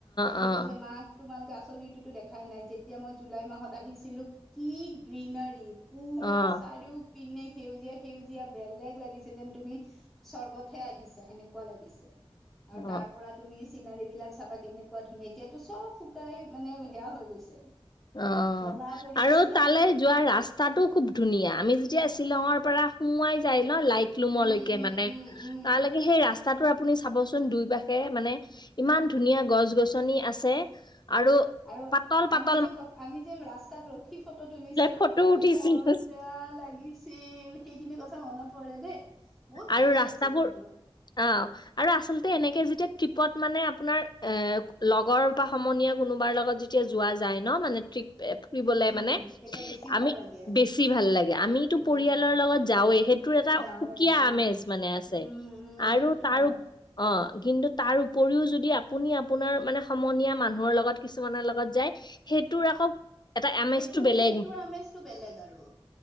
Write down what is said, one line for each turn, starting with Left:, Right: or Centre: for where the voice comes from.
Centre: তে
Left: অ',
Centre: সি কৈছে মা তোমালোকে আচল বিউটি দেখাই নাই যেতিয়া মই জুলাই মাহত আহিছিলো কি গ্ৰীনাৰী পোৰা
Left: অ',
Centre: চাৰিও পিনে সেউজীয়া সেউজীয়া বেলেগ লাগিছে যেন তুমি স্বৰ্গতহে আহিছা সেনেকুৱা লাগিছে আৰু তাৰ
Left: অ',
Centre: পৰা তুমি চিলাৰী বিলাক চাবা কেনেকুৱা ধুনীয়া এতিয়াতো চব শুকাই মানে সেয়া হৈ গৈছে
Left: অ
Centre: ৰঙা পৰি
Left: আৰু
Centre: আছে ন
Left: তালৈ
Centre: গোটেই
Left: যোৱা ৰাস্তাটো খুব ধুনীয়া আমি যেতিয়া শ্বিলঙৰ পৰা সোমোৱাই যায় ন লাইট ৰুমলৈকে
Centre: উম উম
Left: মানে
Centre: উম উম
Left: তালৈকে সেই ৰা তাতো আপুনি চাবচোন দুই পাশে মানে ইমান ধুনীয়া গছ গছনি আছে আৰু
Centre: আৰু
Left: পাতল পাত
Centre: আমি যে ক আমি যে ৰাস্তাত ৰখি ফটো তুলিছো
Left: ফটো
Centre: কি
Left: উঠিছিলো
Centre: মজা লাগিছিল সেইখিনি কথা মনত পৰে দেই বহুত
Left: আৰু
Centre: ভাল লাগিছে
Left: ৰাস্তাবোৰ
Centre: কিন্তু
Left: অ আৰু আচলতে এনে কে যেতিয়া ট্ৰিপত মানে আপোনাৰ অ লগৰ বা সমনীয়া কোনোবাৰ লগত যেতিয়া যোৱা যাই যায় ন মানে ট্ৰিপ এ ফুৰিবলে
Centre: উম
Left: মানে
Centre: তেতিয়া বেছি
Left: আমি
Centre: ভাল লাগে
Left: বেছি ভাল লাগে আমিতো
Centre: উম
Left: পৰিয়ালৰ লগত যাওৱেহে এইটোৰ এটা
Centre: যাওঁৱে
Left: সুকীয়া
Centre: অ
Left: আমেজ মানে আছে
Centre: উম উম
Left: আৰু
Centre: সেইটোতো
Left: তাৰ
Centre: হয়
Left: অ কিন্তু তাৰ উপৰিও যদি আপুনি আপোনাৰ মানে সমনীয়া মানুহৰ লগত কিছুমানৰ লগত যায় সেইটোৰ আকৌ এটা আমেজটো
Centre: সেইটো
Left: বেলেগ
Centre: সেইটোৰ আমেজটো বেলেগ আৰু